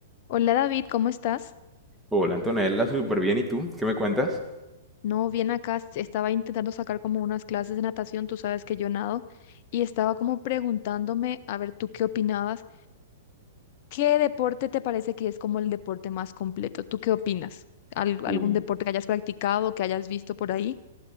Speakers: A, on the left (about 50°); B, in the centre.
A: Hola David, ¿cómo estás?
B: Hola Antonella, súper bien. ¿Y tú? ¿Qué me cuentas?
A: No, bien acá. s- Estaba intentando sacar como unas clases de natación, tú sabes que yo nado, y estaba como preguntándome, a ver, ¿tú qué opinabas? ¿Qué deporte te parece que es como el deporte más completo? ¿Tú qué opinas? ¿Al- algún
B: Uy,
A: deporte que hayas practicado, que hayas visto por ahí?